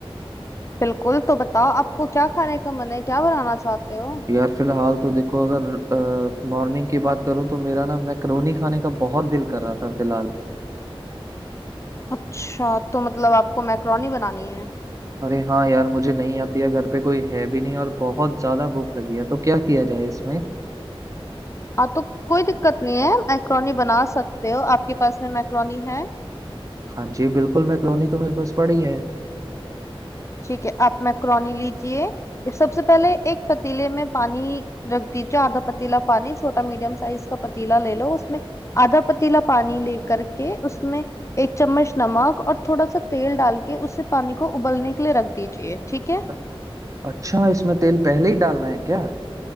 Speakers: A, on the left; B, on the right.
A: बिल्कुल तो बताओ आपको क्या खाने का मन है क्या बनाना चाहते हो
B: यार फिलहाल तो देखो अगर मॉर्निंग की बात करूं तो मेरा ना मैक्रोनी खाने का बहुत दिल कर रहा था फिलहाल
A: अच्छा तो मतलब आपको मैक्रोनी बनानी है
B: अरे हाँ यार मुझे नहीं आती है घर पे कोई है भी नहीं और बहुत ज्यादा भूख लगी है तो क्या किया जाए इसमें
A: हाँ तो कोई दिक्कत नहीं है मैक्रोनी बना सकते हो आपके पास में मैक्रोनी है
B: हाँ जी बिल्कुल मैक्रोनी तो मेरे पास पड़ी है
A: ठीक है आप मैक्रोनी लीजिए ये सबसे पहले एक पतीले में पानी रख दीजिए आधा पतीला पानी छोटा मीडियम साइज का पतीला ले लो उसमें आधा पतीला पानी लेकर के उसमें एक चम्मच नमक और थोड़ा सा तेल डाल के उसे पानी को उबलने के लिए रख दीजिए ठीक है
B: अ- अच्छा इसमें तेल पहले ही डालना है क्या